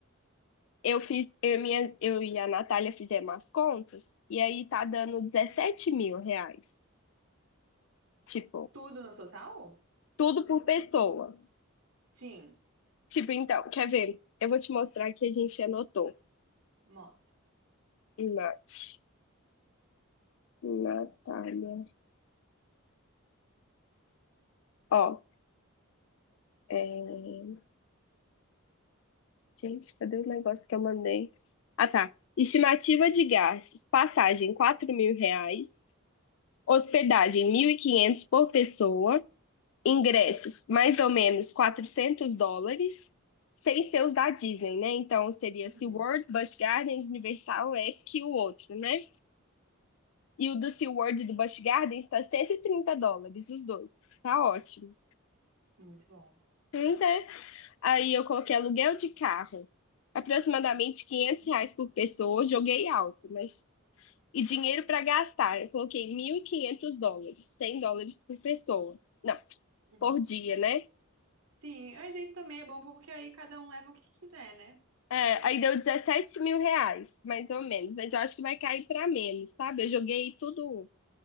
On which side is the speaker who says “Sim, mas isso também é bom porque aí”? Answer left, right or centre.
Right